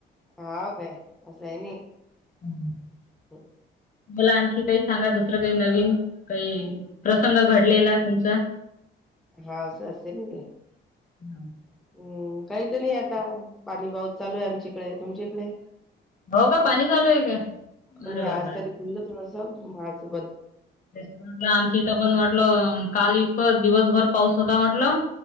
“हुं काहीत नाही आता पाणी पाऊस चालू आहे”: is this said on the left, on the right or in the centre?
Centre